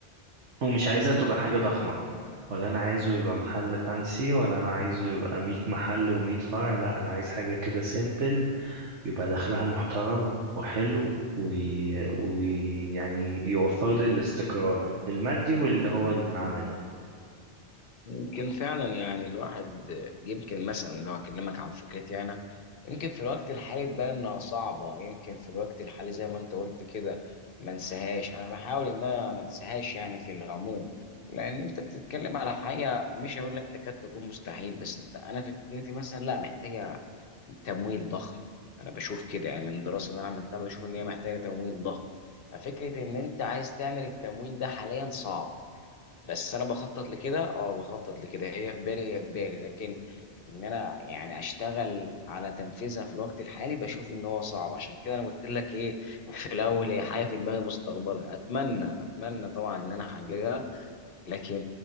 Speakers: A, on the right; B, on the left.
A: ومش عايزها تبقى حاجة ضخمة ولا انا عايزه يبقى محل فانسي ولا انا عايزه يبقى 100 محل و100 فرع لا انا عايز حاجه كده سيمبل يبقى دخلها محترم وحلو وي- ويعني يوفر لي الاستقرار المادي واللي هو العملي
B: يمكن فعلا يعني الواحد يمكن مثلا لو اكلمك عن فكرتي انا يمكن في الوقت الحالي تبان انها صعبه يمكن في الوقت الحالي زي ما انت قلت كده ما انساهاش انا بحاول ان انا ما انساهاش يعني في العموم لان انت بتتكلم على حاجه مش هقول لك تكاد تكون مستحيل بس انت انا فكرتي مثلا لا محتاجه تمويل ضخم انا بشوف كده يعني من الدراسه اللي انا عملتها بشوف ان هي محتاجه تمويل ضخم ففكره ان انت عايز تعمل التمويل ده حاليا صعب بس انا بخطط لكده اه بخطط لكده هي في بالي هي في بالي لكن ان انا يعني اشتغل على تنفيذها في الوقت الحالي بشوف ان هو صعب عشان كده انا قلت لك ايه في الاول هي حاجه في دماغي مستقبلا اتمنى اتمنى طبعا ان انا احققها لكن